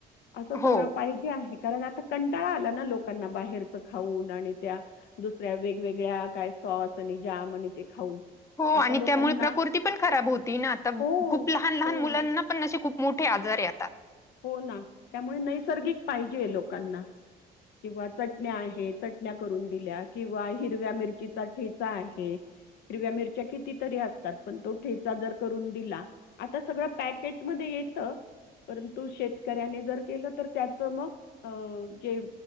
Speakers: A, on the left (about 75°); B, on the left (about 15°).
A: अस सगळ
B: हो
A: पाहिजे आहे कारण आता कंटाळा आला ना लोकांना बाहेरच खाऊन आणि त्या दुसऱ्या वेगवेगळ्या काय सॉस आणि जाम आणि ते खाऊन.
B: हो
A: आता
B: आणि
A: लोकांना
B: त्यामुळ प्रकृती पण खराब होती ना आता
A: हो,
B: खूप लहान लहान
A: हो,
B: मुलांना पण असे खूप मोठे आजार आहे आता.
A: हो ना त्यामुळे नैसर्गिक पाहिजे लोकांना. किंवा चटण्या आहे, चटण्या करून दिल्या किंवा हिरव्या मिरचीचा ठेचा आहे. हिरव्या मिरच्या कीती तरी असतात पण तो ठेचा जर करून दिला. आता सगळ पॅकेटमध्ये येत पर तू शेतकऱ्याने जर केलं तर त्याच मग अ जे